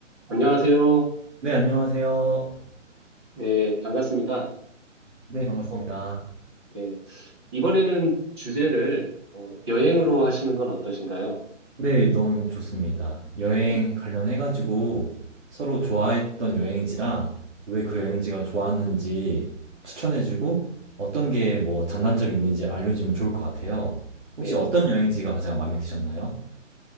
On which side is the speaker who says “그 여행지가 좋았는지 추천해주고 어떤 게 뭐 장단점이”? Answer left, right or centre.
Right